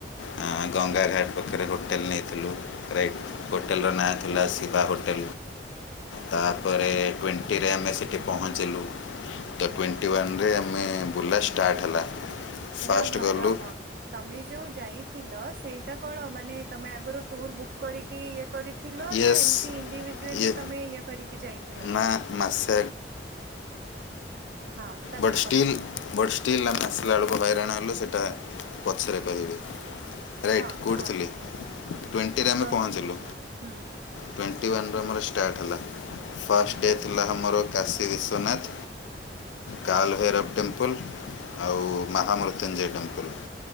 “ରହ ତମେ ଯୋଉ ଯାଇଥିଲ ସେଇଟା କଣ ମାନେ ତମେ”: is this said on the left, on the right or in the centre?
Right